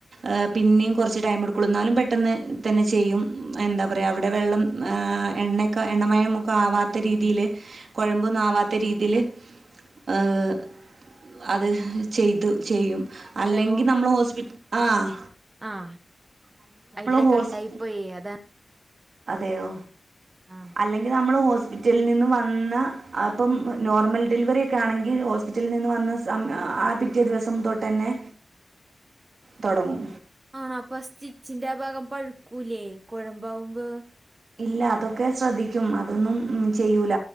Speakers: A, on the right; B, on the right.
A: എഹ് പിന്നെയും കൊർച്ച് ടൈം എടുക്കുളൂ. ന്നാലും പെട്ടെന്ന് തന്നെ ചെയ്യും. എന്താ പറയ. അവ്ടെ വെള്ളം ഏഹ് എണ്ണയെക്കെ എണ്ണമയമൊക്കെ ആവാത്ത രീതിയില്. കൊഴമ്പൊന്നും ആവാത്ത രീതിൽ ഏഹ് അത് ചെയ്തു ചെയ്യും. അല്ലെങ്കി
B: ഹലോ
A: നമ്മെള് ഹോസ്പി ആഹ്
B: ആഹ് വൈറ്റിലെ
A: ഹോസ്
B: കട്ടായി പോയി. അതാ
A: അതെയോ.
B: ആഹ്
A: അല്ലെങ്കി നമ്മെള് ഹോസ്പി റ്റലിൽ നിന്ന് വന്ന അപ്പം നോർമൽ ഡെലിവറിക്കെയാണെങ്കി ഹോസ്പിറ്റലിൽ നിന്ന് വന്ന സമ ആ പിക് റ്റേ ദിവസം തൊട്ടന്നെ. തൊടങ്ങും
B: ആണോ പ്പ സ്റ്റിച്ചിന്റെ ആഹ് ഭാഗം പഴുക്കൂല്ലേ. കൊഴമ്പാഉമ്പോ.
A: ഇല്ല, അതൊക്കെ ശ്രദ്ധിക്കും. അതൊന്നും ചെയ്യൂല.